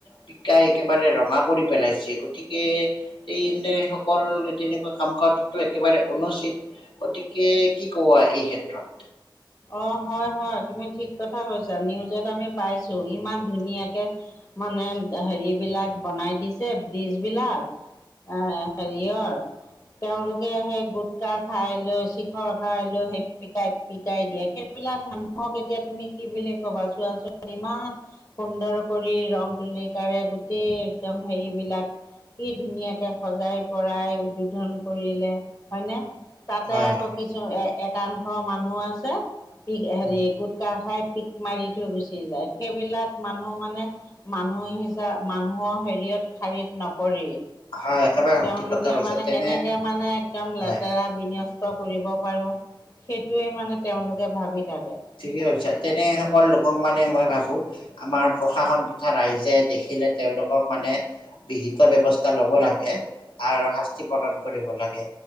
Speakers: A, on the left (about 85°); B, on the left (about 45°).
A: পিকাই একেবাৰে ৰঙা কৰি পেলাইছে গতিকে। এই সকল তেনেকুৱা কাম কৰাটোত একেবাৰে অনুচিত। গতিকে কি কবা এই ক্ষেত্ৰত।
B: অ' হয় হয় তুমি ঠিক কথা কৈছা নিউজত আমি পাইছো ইমান ধুনীয়াকে- মানে হেৰিবিলাক বনাই দিছে ব্ৰিজবিলাক- এ হেৰিয়ৰ। তেওঁলোকে সেই গুটকা খাই লৈ চিখৰ খাই লৈ সেপিকাই- পিকাই দিয়ে সেইবিলাক মানুহক এতিয়া তুমি কি বুলি কবা চোৱাচোন ইমান- সুন্দৰ কৰি ৰং তুলিকাৰে গোটেই একদম হেৰিবিলাক- কি ধুনীয়াকৈ সজাই পৰাই উদ্বোধন কৰিলে হয়নে। তাতে
A: হয়
B: আকৌ
A: হয়
B: কিছু এ একাংশ মানুহ আছে। পিক
A: উম,
B: হেৰি গোটকা খাই পিক মাৰি থৈ গুচি যায় সেইবিলাক মানুহ মানে। মানুহ হিচা মানুহৰ হেৰিয়ত শাৰীত নপৰে।
A: হয় একেবাৰে সঠিক
B: তেওঁলোকে
A: কথা কৈছে
B: মানে
A: তেনে
B: কেনেকে মানে একদম
A: হয়
B: লেতেৰা- বিনষ্ট কৰিব পাৰোঁ সেইটোৱেই মানে তেওঁলোকে ভাবি থাকে।
A: ঠিকেই কৈছা। তেনে সকল লোকক মানে মই ভাবো আমাৰ প্ৰশাসন তথা ৰাইজে দেখিলে তেওঁলোকক মানে বিহিত ব্যৱস্থা লব লাগে। আৰু শাস্তি প্ৰদান কৰিব লাগে